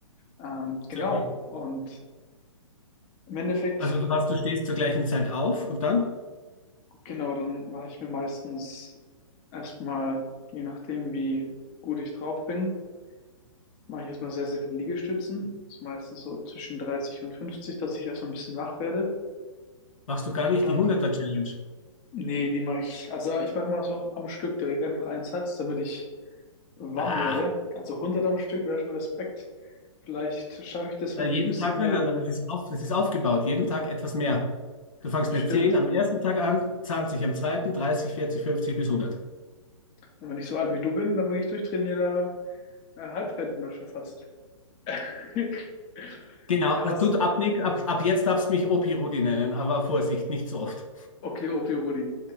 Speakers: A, on the left; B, on the left.
A: Ähm, genau.
B: sehr cool.
A: Und im Endeffekt,
B: Also du hast, du stehst zur gleichen Zeit auf und dann
A: genau, dann mache ich mir meistens erstmal, je nachdem, wie gut ich drauf bin, mache ich erstmal sehr, sehr viele Liegestützen. Das ist meistens so zwischen 30 und 50, dass ich erstmal ein bisschen wach werde.
B: machst du gar nicht
A: Dann,
B: die hunderter challenge
A: nee, die mache ich, also ich mache immer so am Stück direkt einfach einen Satz, damit ich warm
B: Ah,
A: wäre. Also 100 am Stück wäre schon Respekt. Vielleicht schaffe ich das,
B: na,
A: wenn
B: jeden
A: ich ein bisschen
B: Tag, nein,
A: mehr.
B: nein, das ist auf, das ist aufgebaut. Jeden Tag etwas mehr. Du fangst
A: Das
B: mit
A: stimmt.
B: 10 am ersten Tag an, 20 am zweiten, 30 40 50 bis hundert
A: Und wenn ich so alt wie du bin, dann bin ich durchtrainierter äh, Halbrentner schon fast. <laughs>
B: Genau,
A: Ja,
B: äh,
A: was?
B: du, ab, Nick- ab, ab jetzt darfst du mich Opi Rudi nennen, aber Vorsicht, nicht so oft.
A: Okay, Opi Rudi.